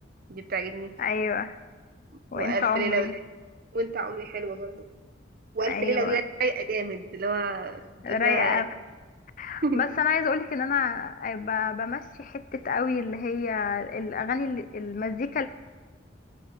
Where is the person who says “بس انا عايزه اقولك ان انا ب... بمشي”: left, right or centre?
Left